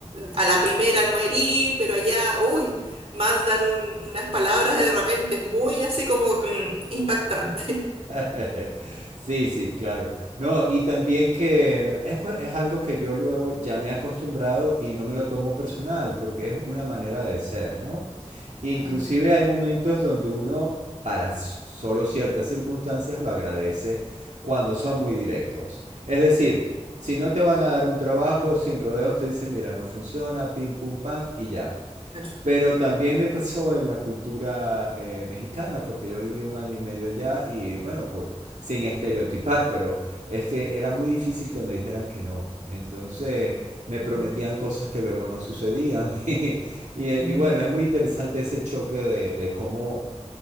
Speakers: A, on the right; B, on the right.
A: a la primera no herir, pero allá, uy, mandan un- unas palabras de repente, es muy así como mm, impactante.
B: <laughs> Sí, sí, claro. No, y también que es, cue- es algo que yo luego ya me he acostumbrado y no me lo tomo personal, porque es una manera de ser, ¿no? Inclusive
A: Mm,
B: hay momentos donde uno, para s- solo ciertas circunstancias, lo agradece cuando son muy directos. Es decir, si no te van a dar un trabajo sin rodeos, te dicen, mira, no funciona, pim, pum, pam, y ya.
A: claro.
B: Pero también me pasó en la cultura eh, mexicana, porque yo viví un año y medio allá y bueno, por, sin estereotipar, pero es que era muy difícil que me dijeran que no. Entonces me prometían
A: Mm.
B: cosas que luego no sucedían. <laughs> Y, y- eh,
A: mm.
B: y bueno, es muy interesante ese choque de, de cómo